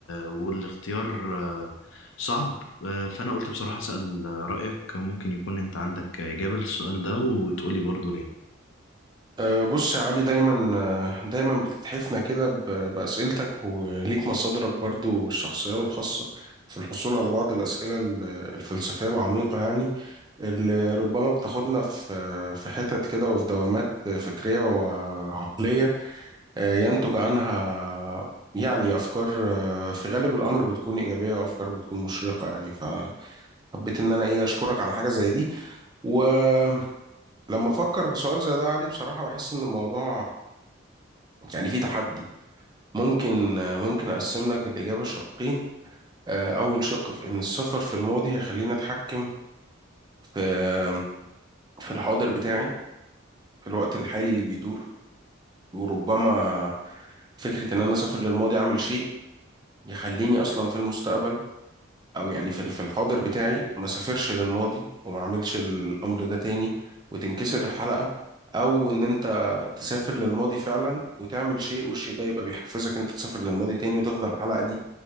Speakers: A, on the left (about 70°); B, on the right (about 20°).
A: والاختيار آه، صعب آه، فانا قلت بصراحة اسأل رأيك ممكن يكون انت عندك إجابة للسؤال ده وتقولي برضو ليه
B: أه، بص يا علي دايما أه، دايما بتتحفنا كده ب- بأسئلتك وليك مصادرك برضو الشخصية والخاصة في الحصول على بعض الأسئلة ال- الفلسفية العميقة يعني اللي ربما بتاخدنا في في حتت كده وفي دوامات فكرية وعقلية أه، ينتج عنها يعني أفكار أه، في غالب الأمر بتكون إيجابية وأفكار بتكون مشرقة يعني فحبيت إن أنا إيه أشكرك على حاجة زي دي ولما افكر في سؤال زي ده يا علي بصراحة بحس ان الموضوع يعني في تحدي ممكن ممكن أقسم لك الإجابة شقين آه، أول شق في إن السفر في الماضي هيخليني أتحكم في في الحاضر بتاعي في الوقت الحالي اللي بيدور وربما فكرة إن أنا أسافر للماضي أعمل شيء يخليني أصلا في المستقبل أو يعني في في الحاضر بتاعي ما سافرش للماضي وما أعملش الأمر ده تاني وتنكسر الحلقة أو إن أنت تسافر للماضي فعلا وتعمل شيء والشيء ده يبقى بيحفزك أنت تسافر للماضي تاني وتفضل الحلقة دي